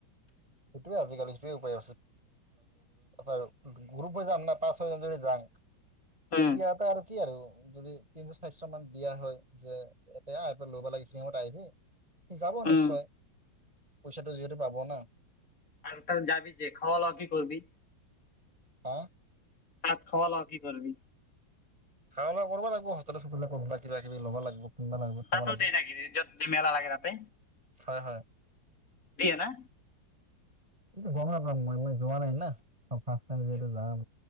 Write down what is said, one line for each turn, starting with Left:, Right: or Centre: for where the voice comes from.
Right: সেইটোৱে আজিকালি, সেইটোৱে উপায় আছে। গৰু যাম না, পাঁচ ছয়জনী যাম। পিলপহতে
Left: উম
Right: আৰু কি আৰু যদি। তিনশ চাইশ মান দিয়া হয় যে এতিয়া লব লাগে সখিনি সময়ত আহিবি। যাব নিশ্চয়
Left: উম
Right: পইচাটো যিহেতু পাব ন।
Left: আৰু ত যাবি যে ঘৰ ল কি কৰিবি।
Right: অ'।
Left: তাত খ ল কি কৰবি।
Right: খাবা লাগা কৰিব লাগব হোটলে চোটলে ক'ৰবাত কিবা কিবি লব লাগিব কিনবা লাগিব। খাব
Left: তাতো
Right: লাগিব
Left: দ য কি য মেলা লাগে তাতে।
Right: হয় হয়।
Left: দিয়ে না।
Right: এইটো গম নাপাম মই মই যোৱা নাই না মই ফাৰ্ষ টাইম যিহেতু যাম।